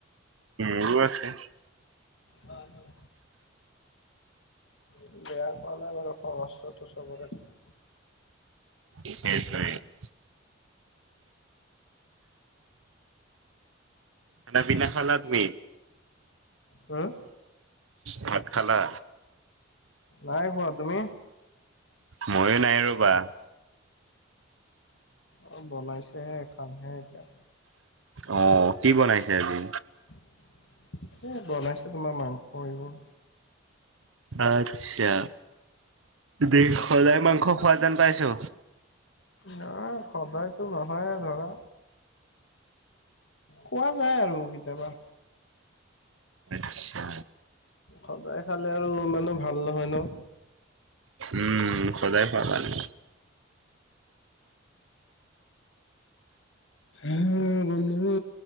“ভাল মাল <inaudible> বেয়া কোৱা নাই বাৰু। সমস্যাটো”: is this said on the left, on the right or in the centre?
Left